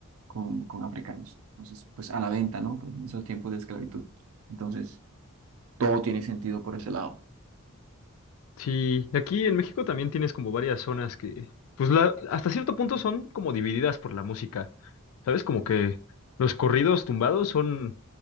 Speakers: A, on the right; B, on the left.
A: con, con africanos. Entonces, pues a la venta, ¿no? Pues, en esos tiempos de esclavitud. Entonces, todo tiene sentido por ese lado.
B: Sí, aquí en México también tienes como varias zonas que, pues la, hasta cierto punto son como divididas por la música, ¿sabes? Como que los corridos tumbados son,